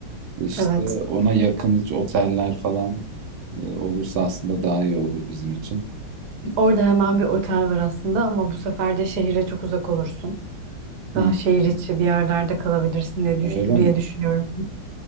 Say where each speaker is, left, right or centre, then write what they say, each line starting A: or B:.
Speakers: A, on the right; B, on the right.
A: İşte
B: evet.
A: ona yakın hiç oteller falan e, olursa aslında daha iyi olur bizim için.
B: Orada hemen
A: Yani,
B: bir otel var aslında ama bu sefer de şehire çok uzak olursun. Daha
A: hı,
B: şehir içi bir yerlerde kalabilirsin diye, düş-
A: öyle
B: diye
A: mi?
B: düşünüyorum.